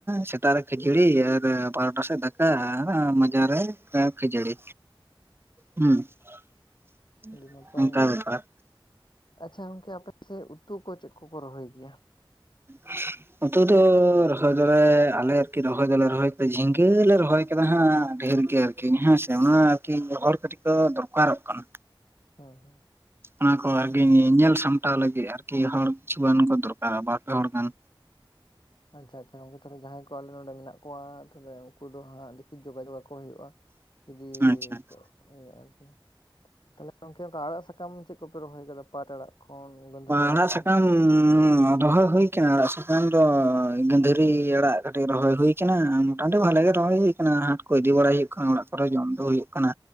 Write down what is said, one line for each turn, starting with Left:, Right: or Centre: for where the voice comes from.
Right: ᱥᱮᱛᱟᱜ ᱨᱮ ᱠᱷᱟᱹᱡᱟᱹᱲᱤ ᱟᱨ ᱵᱟᱨᱚᱴᱟ ᱥᱮᱫ ᱫᱟᱠᱟ᱾ ᱢᱟᱡᱟᱱ ᱨᱮ ᱠᱷᱟᱹᱡᱟᱹᱲᱤ᱾ ᱦᱩᱸ <inaudible>
Left: ᱟᱹᱰᱤ ᱱᱟᱯᱟᱭ
Right: ᱚᱝᱠᱟ ᱵᱮᱯᱟᱨ᱾
Left: ᱟᱪᱪᱷᱟ ᱜᱚᱝᱠᱮ ᱟᱯᱮᱥᱮᱫ ᱩᱛᱩ ᱠᱚ ᱪᱮᱫ ᱠᱚᱠᱚ ᱨᱚᱦᱚᱭ ᱜᱮᱭᱟ?
Right: <inaudible> ᱩᱛᱩ ᱫᱚ ᱨᱚᱦᱚᱭ ᱫᱚᱞᱮ ᱟᱞᱮ ᱟᱨᱠᱤ ᱨᱚᱦᱚᱭ ᱫᱚᱞᱮ ᱨᱚᱦᱚᱭ ᱠᱟᱫᱟ ᱡᱷᱤᱸᱜᱟᱹ ᱞᱮ ᱨᱚᱦᱚᱭ ᱠᱟᱫᱟ ᱦᱟᱸᱜ ᱰᱷᱮᱨ ᱜᱮ ᱟᱨᱼᱼ ᱠᱤ ᱦᱮᱸᱥᱮ, ᱚᱱᱟ ᱟᱠᱷᱨᱤᱧ ᱦᱚᱲ ᱠᱟᱹᱴᱤᱡ ᱠᱚ ᱫᱚᱨᱠᱟᱨᱚᱜ ᱠᱟᱱᱟ᱾
Left: ᱦᱳᱭ ᱦᱳᱭ
Right: ᱚᱱᱟ ᱠᱚ ᱟᱨᱠᱤ ᱧᱮᱞ ᱥᱟᱢᱴᱟᱣ ᱞᱟᱹᱜᱤᱫ ᱟᱨᱠᱤ ᱦᱚᱲ ᱠᱤᱪᱷᱩ ᱜᱟᱱ ᱠᱚ ᱫᱚᱨᱠᱟᱨᱟ ᱵᱟᱨᱯᱮ ᱦᱚᱲ ᱜᱟᱱ᱾
Left: ᱟᱪᱪᱷᱟ ᱟᱪᱪᱷᱟ, ᱜᱚᱝᱠᱮ ᱛᱟᱦᱚᱞᱮ ᱡᱟᱦᱟᱸᱭ ᱠᱚ ᱟᱞᱮ ᱱᱚᱰᱮ ᱢᱮᱱᱟᱜ ᱠᱚᱣᱟ ᱛᱚᱵᱮ ᱩᱱᱠᱩ ᱫᱚ ᱦᱟᱸᱜ ᱫᱮᱠᱷᱤ ᱡᱳᱜᱟᱡᱚᱜ ᱟᱠᱚ ᱦᱩᱭᱩᱜᱼᱟ᱾
Right: <inaudible>
Left: ᱡᱩᱫᱤ
Right: ᱟᱪᱪᱷᱟ
Left: <unintelligible> ᱟᱨᱠᱤ ᱛᱟᱦᱚᱞᱮ ᱜᱚᱝᱠᱮ ᱚᱱᱠᱟ ᱟᱲᱟᱜ ᱥᱟᱠᱟᱢ ᱪᱮᱫ ᱠᱚᱯᱮ ᱨᱚᱦᱚᱭ ᱟᱠᱟᱫᱟ ᱯᱟᱴ ᱟᱲᱟᱜ ᱠᱷᱚᱱ ᱜᱟᱹᱫᱷᱟᱹᱨᱤ
Right: <unintelligible>
Left: ᱟᱲᱟᱜ ᱠᱷᱚᱱ
Right: ᱥᱟᱠᱟᱢ ᱨᱚᱦᱚᱭ ᱦᱩᱭ ᱟᱠᱟᱱᱟ ᱟᱲᱟᱜ ᱥᱟᱠᱟᱢ ᱫᱚ ᱜᱟᱺᱫᱷᱟᱹᱨᱤ ᱟᱲᱟᱜ ᱠᱟᱹᱴᱤᱡ ᱨᱚᱦᱚᱭ ᱦᱩᱭ ᱠᱟᱱᱟ ᱾ ᱟᱰᱮ ᱵᱷᱟᱞᱮ ᱜᱮ ᱨᱚᱦᱚᱭ ᱦᱩᱭ ᱠᱟᱱᱟ ᱦᱟᱴ ᱠᱚ ᱤᱫᱤ ᱵᱟᱲᱟᱭ ᱦᱩᱭᱩᱜ ᱠᱟᱱᱟ ᱚᱲᱟᱜ ᱠᱚᱨᱮ ᱡᱚᱢ ᱫᱚ ᱦᱩᱭᱩᱜ ᱠᱟᱱᱟ